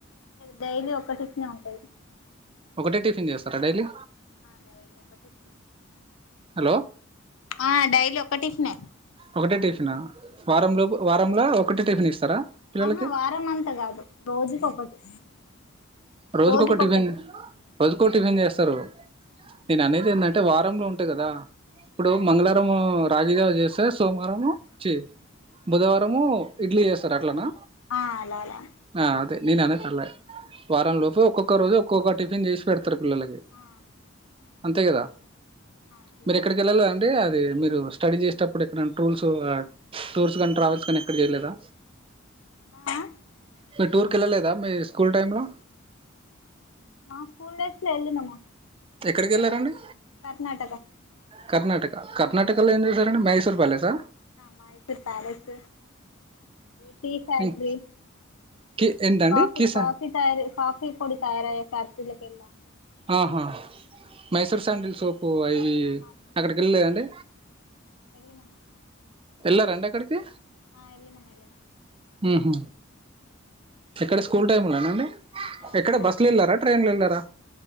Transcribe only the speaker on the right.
ఒకటే టిఫిన్ చేస్తారా డైలీ
హలో
ఒకటే టిఫిన్ ఆ వారంలోపు వారంలో ఒకటే టిఫిన్ ఇస్తారా పిల్లలకి
రోజుకోక
టిఫిన్ రోజుక ఒక టిఫిన్ చేస్తారు నేను అనేది ఏంటంటే వారా లో ఉంటాయి కదా ఇప్పుడు మంగళారంము రాగి జావ చేస్తే సోమవారము చి బుధవారము ఇడ్లీ చేస్తారు అట్లనా
ఆ అదే నేను అనే తర్లే వారం లోపు ఒక్కొక్క రోజు ఒక్కొక్క టిఫిన్ చేసి పెడతారు పిల్లలకి
అంతే కదా
మీరు ఎక్కడికి వెళ్ళలేదండి అది మీరు స్టడీ చేసటప్పుడు ఎక్కడన్న టూల్స్ టూర్స్ గాని ట్రావెల్స్ గాని ఎక్కడా చేయలేదా
మీ టూర్ కేళ్ళలేదా మీ స్కూల్ టైమ్ లో
ఎక్కడికి వెళ్ళారండి
కర్ణటక కర్నాటకలో ఏం చేసారండి మైసూర్ ప్యాలెసా
మ్మ్. కి ఏంటండి
కీసా
ఆహా మైసూర్ శాండిల్ సోపు అవి
అక్కడికి వెళ్ళలేదండి
ఎల్లారా అండి అక్కడికి
ఊహూ ఎక్కడ స్కూల్ టైమ్లోనా అండి
ఎక్కడ
బస్లో
వెళ్ళారా ట్రైన్లో వెళ్ళారా